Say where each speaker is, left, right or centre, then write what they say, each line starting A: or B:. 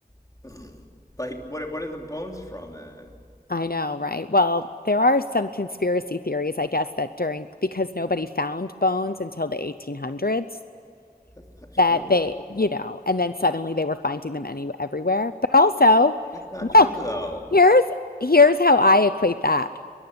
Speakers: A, on the left (about 20°); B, on the left (about 70°).
A: <laughs> <clears throat> like, what? are- What are the bones from then?
B: I know, right? Well, there are some conspiracy theories, I guess, that during because nobody found bones until the 1800s,
A: That's not true.
B: that they, you know, and then suddenly they were finding them any everywhere. But also,
A: That's not
B: look,
A: true though.
B: here's here's how I equate that.